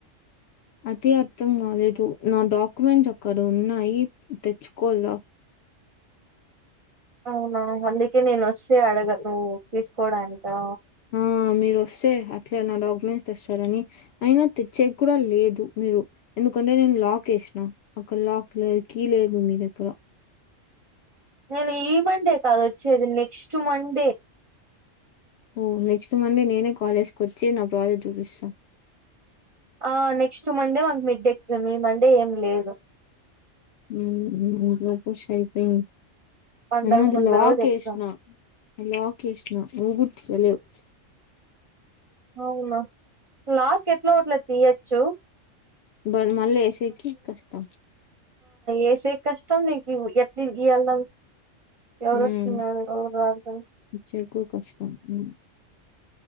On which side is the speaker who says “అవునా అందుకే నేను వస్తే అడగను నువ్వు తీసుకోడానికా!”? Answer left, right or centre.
Right